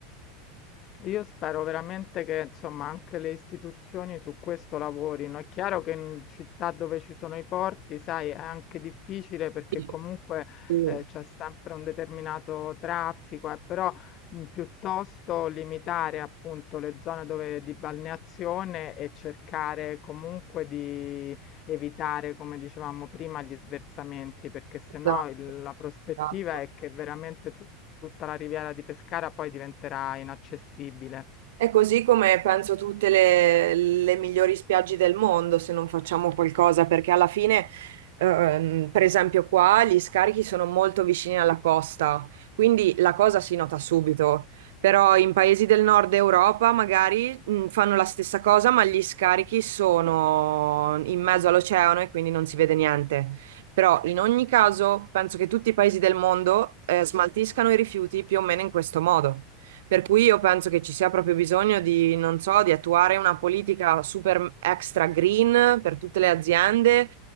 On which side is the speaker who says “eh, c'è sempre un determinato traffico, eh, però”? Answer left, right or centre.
Left